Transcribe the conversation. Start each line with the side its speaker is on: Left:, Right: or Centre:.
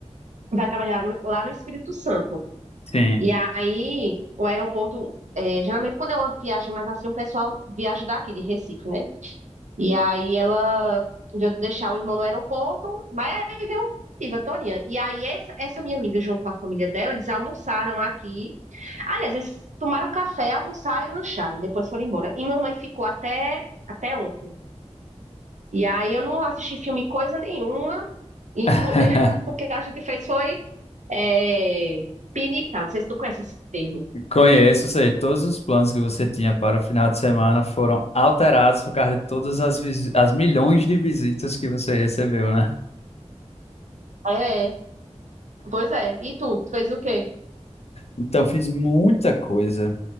Right: vai trabalhar no- lá no Espírito Santo.
Left: Sim.
Right: E aí, o aeroporto, é, geralmente quando é uma viagem mais assim, o pessoal viaja daqui, de Recife, né? E aí ela veio deixar o irmão no aeroporto, mas aí veio a Torinha. E aí essa, essa minha amiga, junto com a família dela, eles almoçaram aqui. Aliás, eles tomaram café, almoçaram e lancharam, depois foram embora. E mamãe ficou até, até ontem. E aí eu não assisti filme coisa nenhuma, inclu...
Left: <laughs>
Right: <laughs> o que a gente fez foi é, pinicar, não sei se tu conhece esse termo.
Left: Conheço, sei, todos os planos que você tinha para o final de semana foram alterados por causa de todas as, visi- as milhões de visitas que você recebeu, né?
Right: É, Pois é. E tu? Tu fez o quê?
Left: Então, fiz muita coisa.